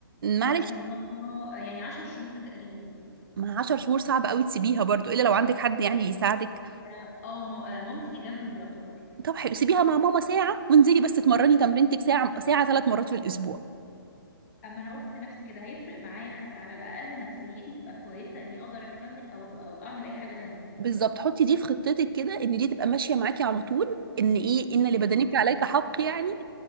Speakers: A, on the right (about 65°); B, on the left (about 40°).
A: معلش
B: آه، مش منفصلة آه، يعني عشر شهور تقريبا
A: ما 10 شهور صعب قوي تسيبيها برضو الا لو عندك حد يعني يساعدك
B: اه آه، ما- آه، مامتي جنبي يعتبر
A: طب حلو سيبيها مع ماما ساعه وانزلي بس اتمرني تمرينتك ساعه ساعه ثلاث مرات في الاسبوع
B: اما انا قلت لنفسي كده هيفرق معايا حتى على الاقل نفسيتي تبقى كويسة اني اقدر اكمل او او اعمل اي حاجة تانية إن
A: بالظبط حطي دي في خطتك كده ان دي تبقى ماشيه معاكي على طول ان ايه ان لبدنك
B: شاء الله
A: عليك حق يعني